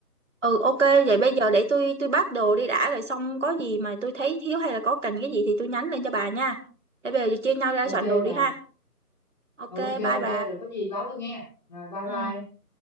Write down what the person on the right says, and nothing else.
ừ ok vậy bây giờ để tôi tôi bắt đồ đi đã rồi xong có gì mà tôi thấy thiếu hay là có cần cái gì thì tôi nhắn lên cho bà nha. Để bây giờ chia nhau ra
soạn đồ đi
ha. Ok
bye bà.
Ừ.